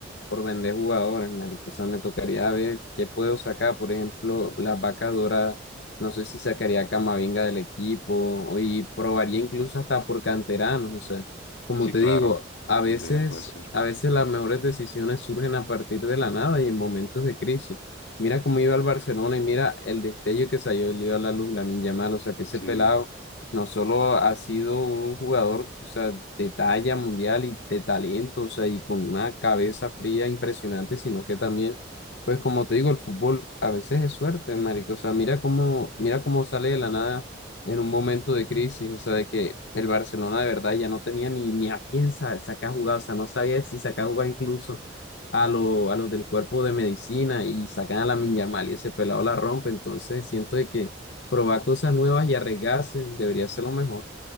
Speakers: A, on the left; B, on the left.
A: por vender jugadores, marico. O sea, me tocaría ver qué puedo sacar. Por ejemplo, las vacas doradas. No sé si sacaría a Camavinga del equipo y probaría incluso hasta por canteranos. O sea, como
B: Sí,
A: te
B: claro,
A: digo, a veces,
B: también puede ser.
A: a veces las mejores decisiones surgen a partir de la nada y en momentos de crisis. Mira cómo iba el Barcelona y mira el destello que salió, le dio a la luz, Lamine Yamal. O sea, que ese
B: Sí.
A: pelado no solo ha sido un jugador, o sea, de talla mundial y de talento, o sea, y con una cabeza fría impresionante, sino que también, pues como te digo, el fútbol a veces es suerte, marico. O sea, mira cómo, mira cómo sale de la nada en un momento de crisis, o sea, de que el Barcelona de verdad ya no tenía ni, ni a quién sa- sacar jugar, o sea, no sabía si sacar jugar incluso a, lo, a los del cuerpo de medicina y sacan a la Yamal y ese pelado la rompe, entonces siento de que probar cosas nuevas y arriesgarse debería ser lo mejor.